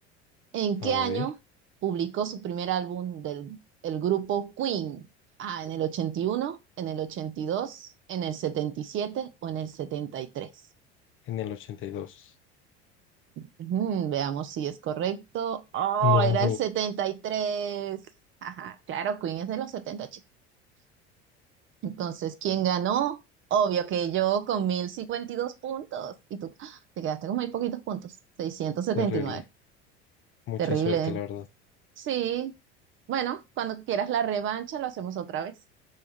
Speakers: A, on the right (about 35°); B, on the left (about 40°).
A: ¿En
B: a
A: qué año
B: ver,
A: publicó su primer álbum del el grupo Queen? Ah, ¿en el ochenta y uno en el ochenta y dos en el 77 o en el setenta y tres
B: en el 82.
A: Ujú, Veamos si es correcto. Oh,
B: No,
A: era el 73. Ajá, claro, Queen es de los setenta chicos. Entonces, ¿quién ganó? Obvio que yo con 1052 puntos. Y tú ¡ah! te quedaste con muy poquitos puntos, seiscientos setenta
B: terrible.
A: y nueve
B: Mucha
A: Terrible.
B: suerte,
A: ¿eh?
B: la verdad.
A: Sí, bueno, cuando quieras la revancha lo hacemos otra vez.